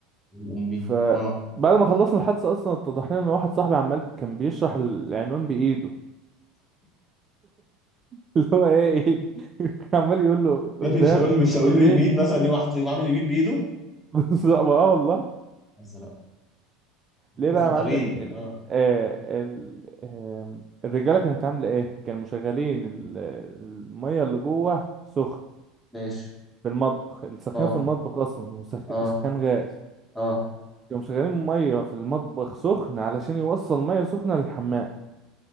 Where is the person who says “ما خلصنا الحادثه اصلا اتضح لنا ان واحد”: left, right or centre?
Right